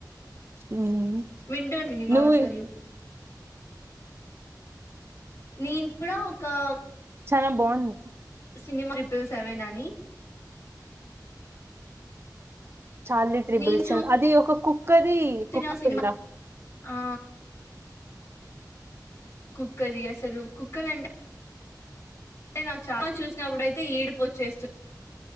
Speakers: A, on the right (about 35°); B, on the left (about 40°).
A: ఉమ్
B: వింటుండిననా
A: నువ్వు
B: అసలు నేను కూడ ఒక ఆ
A: చాన బావుంది
B: సినిమా ట్రిపుల్ సెవెన్ అని
A: చార్లీ ట్రిబుల్
B: నేను
A: సెవెన్ అది ఒక కుక్ కది
B: చూసిన
A: కుక్క
B: సినిమా
A: పిల్ల
B: ఆ కుక్కది అసలు కుక్కలంటే టె నాక్ చా మాలు చూసినప్పుడయితే ఏడిపోచ్చేస్తు